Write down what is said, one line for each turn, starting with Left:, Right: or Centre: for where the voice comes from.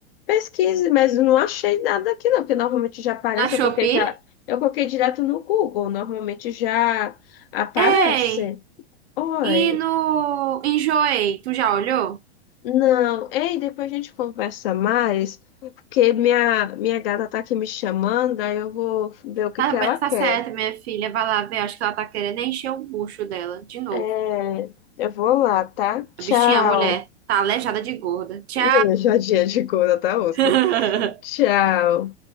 Left: Pesquise, mas não achei nada aqui não, porque normalmente já aparece,
Right: Na Shopee?
Left: eu coloquei já, eu coloquei direto no Google, normalmente já aparece.
Right: Ei!
Left: Oi,
Right: E no Enjoei, tu já olhou?
Left: não, ei, depois a gente conversa mais, porque minha, minha gata tá aqui me chamando, aí eu vou ver o que
Right: Tá,
Left: que
Right: be-
Left: ela
Right: tá
Left: quer.
Right: certo, minha filha. Vai lá ver. Acho que ela tá querendo encher o bucho dela de novo.
Left: É, eu vou lá, tá? Tchau.
Right: A bichinha, a mulher, tá aleijada de gorda. Tchau!
Left: Olha, Já dia de coisa, tá, osso?
Right: <laughs>
Left: Tchau.